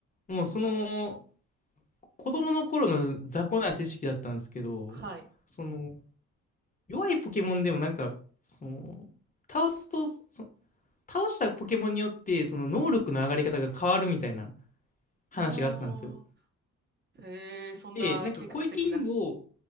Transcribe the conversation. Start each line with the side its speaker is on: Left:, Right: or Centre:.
Left: もうその、子供の頃の雑魚な知識だったんですけど、
Right: はい。
Left: その、弱いポケモンでもなんか、その、倒すと、そ倒したポケモンによって、その能力の上がり方が変わるみたいな話があったんですよ。
Right: ああ、へえ、そんな計画的な。
Left: で、なんか、声キングを、